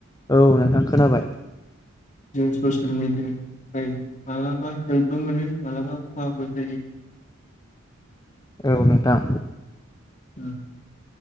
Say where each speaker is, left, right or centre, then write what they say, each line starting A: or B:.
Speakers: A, on the left; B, on the left.
A: औ नोंथां खोनाबाय।
B: जों ससियेल मिडियाफ्राय मालाबा हेल्पबो मोनो मालाबा खहाबो जायो। <inaudible>
A: औ नोंथां।
B: उ।